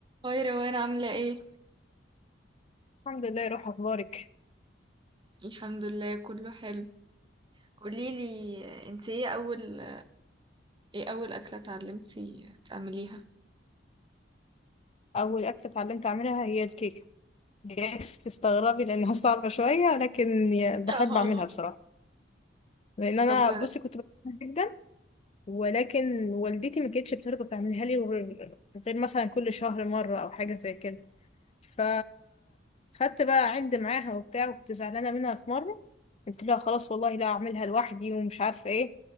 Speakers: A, on the right; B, on the left.
A: هاي روان عاملة ايه؟
B: الحمد لله روح اخبارك
A: الحمد لله كله حلو قوليلي انت ايه أول ايه أول أكلة اتعلمتي تعمليها؟
B: اول اكله اتعلمت اعملها هي الكيكه جايز تستغربي لانها <laughs> صعبه شويه لكن ي- بحب
A: اه
B: اعملها بصراحه لان انا
A: طب <laughs>
B: بصي كنت بحبها جدا ولكن والدتي ما كانتش بترضى تعملها لي غير غير مثلا كل شهر مره او حاجه زي كده ف خدت بقى عند معاها وبتاع وكنت زعلانه منها في مره قلت لها خلاص والله لا اعملها لوحدي ومش عارفه ايه